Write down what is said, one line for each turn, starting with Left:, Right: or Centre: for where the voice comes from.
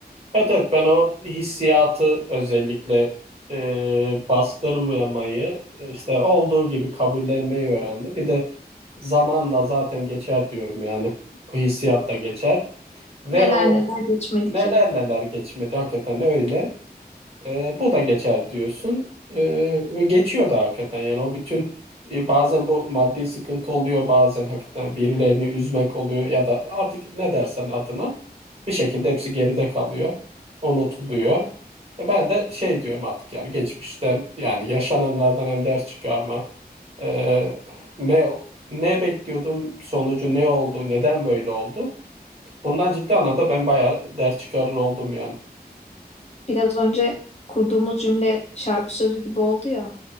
Right: Evet, evet ben o hissiyatı özellikle e, bastırmayamayı e, işte olduğu gibi kabullenmeyi öğrendim. Bir de zamanla zaten geçer diyorum yani bu hissiyat da geçer ve
Left: Neler
Right: o
Left: neler geçmedi
Right: neler
Left: ki.
Right: neler geçmedi hakikaten öyle. E, bu da geçer diyorsun. E, ve geçiyor da hakikaten. Yani o bütün e, bazen bu maddi sıkıntı oluyor, bazen hakikaten birilerini üzmek oluyor ya da artık ne dersen adına bir şekilde hepsi geride kalıyor, unutuluyor. E, ben de şey diyorum artık yani geçmişten yani yaşananlardan hem ders çıkarma. E, ne ne bekliyordum sonucu ne oldu, neden böyle oldu? Bundan ciddi anlamda ben bayağı ders çıkarır oldum yani.
Left: Biraz önce kurduğumuz cümle şarkı sözü gibi oldu ya.